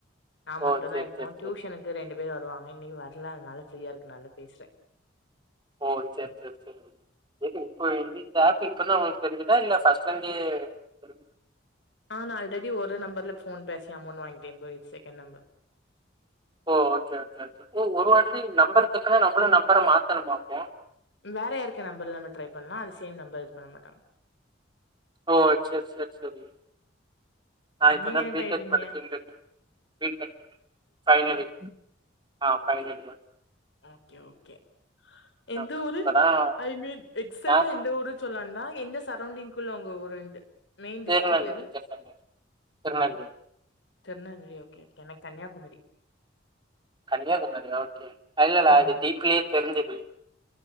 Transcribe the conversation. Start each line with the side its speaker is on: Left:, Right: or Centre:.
Left: நா
Right: ஓ!
Left: மட்டுந்தா
Right: சரி,
Left: இப்போ
Right: சரி,
Left: ட்யூசனுக்கு
Right: சரி.
Left: ரெண்டு பேர் வருவாங்க இன்னைக்கு வர்ல அதனால ஃப்ரீயா இருக்கனால பேசற
Right: ஓ சரி சரி சரி <unintelligible> இப்போ <unintelligible> இப்ப இப்பதா உங்களுக்கு தெரிஞ்சுதா இல்ல ஃபர்ஸ்ட்லிந்தே தெரு
Left: ஆ நா அல்ரெடி ஒரு நம்பர்ல ஃபோன் பேசி அமௌண்ட் வாங்டே இப்ப இது செகண்ட் நம்பர்
Right: ஓ ஓகே ஓகே ஓகே ஓ ஒருவாட்டி நம்பருதக்கா நம்பளே நம்பர மாத்தணுமா அப்போ
Left: வேற யாருக்கா நம்பர்ல நம்ம ட்ரை பண்லா அது சேம் நம்பர் இது பண்ண மாட்டாங்க
Right: ஓ சேர் சேர் சேரி நா இப்பதா
Left: நீங்க என்ன
Right: பி
Left: பண்ணிட்ருக்கீங்க
Right: டெக் படிச்சின்டுருக்கேன் பி டெக் ஃபைனல் இயர் ஆ ஃபைனல் இயர்
Left: ஓகே ஓகே எந்த
Right: ஆமா.
Left: ஊரு
Right: இப்பதான்
Left: ஐ மீண் எக்சாட்டா
Right: நான்
Left: எந்த ஊரு சொல்லான்டா எந்த சரௌண்டிங்குள்ள உங்க ஊருன்ட்டு மெயின் டிஸ்ட்ரிக்
Right: திருநெல்வேலி கிட்ட திருநெல்வேலி
Left: திருநெவேலி ஓகே எனக்கு கன்யாகுமரி
Right: கன்யாகுமரியா ஓகே இல்லல்ல
Left: ஆமா
Right: அது டி பிலயே தெரிஞ்சுது